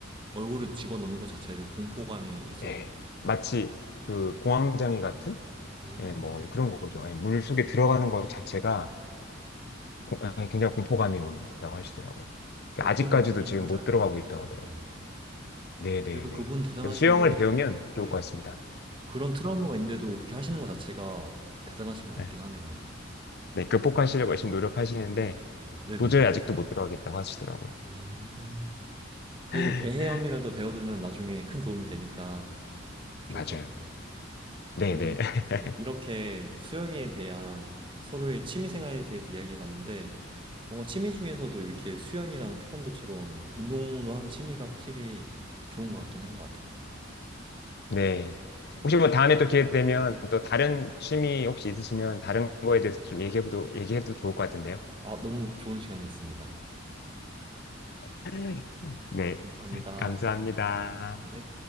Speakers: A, on the right; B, on the left.
A: 얼굴을 집어넣는 것 자체를 공포감이 있어서,
B: 예, 마치 그 공황장애 같은
A: 음,
B: 예, 뭐 그런 거죠. 예, 물 속에 들어가는 것 자체가 고- 예, 굉장히 공포감이 온다고 하시더라고요. 그
A: 어떤
B: 아직까지도
A: 느낌인지
B: 지금 못
A: 알 것
B: 들어가고
A: 같긴
B: 있다고
A: 해요.
B: 하더라고요.
A: 네네.
B: 네, 네,
A: 그래도
B: 네.
A: 그분 대단하신
B: 그래서 수영을
A: 게,
B: 배우면 좋을
A: 네.
B: 것 같습니다.
A: 그런 트라우마가 있는데도 그렇게 하시는 것 자체가 대단하신 것
B: 네,
A: 같긴 하네요.
B: 네, 극복하시려고 열심히 노력하시는데
A: 어, 네네.
B: 도저히 아직도 못 들어가겠다고 하시더라고요.
A: 음, 그래도
B: <laughs>
A: 개헤엄이라도 배워두면 나중에 큰 도움이 되니까 좋을
B: 맞아요.
A: 것 같아요.
B: 네,
A: 오늘
B: 네, <laughs>
A: 네, 이렇게 수영에 대한 서로의 취미 생활에 대해서 이야기해 봤는데, 뭔가 취미 중에서도 이렇게 수영이랑 태권도처럼 운동으로 하는 취미가 확실히 좋은 것 같긴 한 것 같아요.
B: 네. 혹시 뭐 다음에 또 기회 되면 또 다른 취미 혹시 있으시면 다른 거에 대해서 좀 얘기해도 얘기해도 좋을 것 같은데요.
A: 아, 너무 좋은 시간이었습니다.
B: <laughs> 네,
A: 감사합니다.
B: 감사합니다.
A: 네.